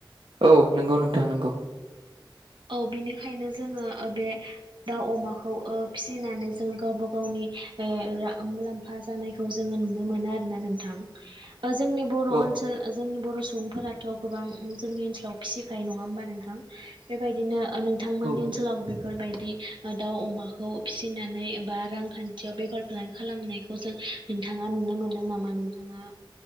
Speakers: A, on the right; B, on the right.
A: औ नंगौ नोंथां नंगौ।
B: औ बिनिखायनो जोङो ओ बे दाउ अमाखौ ओ फिसिनानै जोङो गावबा गावनि ओ मुलाम्फा जानायखौ जोङो नुनो मोनो आरोना नोंथां। ओ जोंनि बर'
A: औ
B: ओनसोल जोंनि बर' सुबुंफोराथ' गोबां जोंनि फ्राव फिसिखायो नङा होमबा नोंथां बेबायदिनो ओ नोंथांमोननि
A: औ
B: ओनसोलावबो बेफोरबायदि दाउ अमाखौ फिसिनानै बा रांखान्थियाव बेफार फालांगि खालामनायखौ जों नोंथां ना नुनो मोनदों नामा नोंथाङा